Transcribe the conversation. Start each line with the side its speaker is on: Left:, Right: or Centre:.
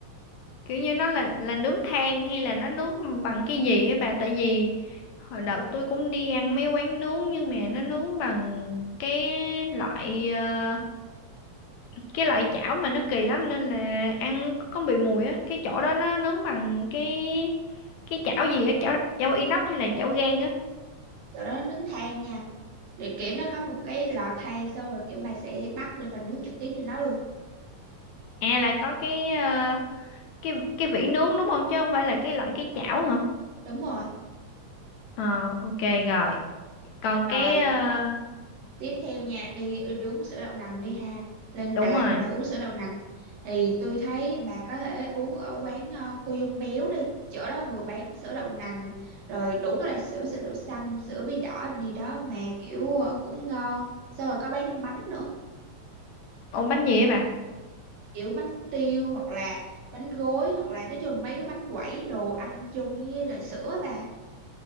Left: kiểu như nó là là nướng than hay là nó nướng bằng cái gì ấy bà tại vì hồi đợt tôi cũng đi ăn mấy quán nướng nhưng mà nó nướng bằng cái loại ờ, cái loại chảo mà nó kỳ lắm nên là ăn có bị mùi á cái chỗ đó nó nướng bằng cái cái chảo gì á chảo chảo inox hay là chảo gang á
Right: chỗ đó nướng than nha để kiểu nó có một cái lò than xong rồi kiểu bà sẽ bắt lên bà nướng trực tiếp trên đó luôn
Left: à là có cái ờ, cái cái vỉ nướng đúng không chứ không phải là cái loại cái chảo hả
Right: đúng rồi
Left: ờ ok rồi còn
Right: rồi
Left: cái ờ,
Right: tiếp theo nha đi đi uống sữa đậu nành đi ha lên
Left: đúng
Right: Đà Lạt
Left: rồi
Right: thì phải uống sữa đậu nành thì tôi thấy bà có thể uống ở quán ờ, cô Dung Béo đi chỗ đó vừa bán sữa đậu nành rồi đủ các loại sữa sữa đậu xanh sữa bí đỏ gì đó mà kiểu ờ, cũng ngon xong rồi có bán thêm bánh nữa
Left: ôm bánh gì ấy bà
Right: kiểu bánh tiêu hoặc là bánh gối hoặc là nói chung mấy cái bánh quẩy đồ ăn chung với lại sữa bà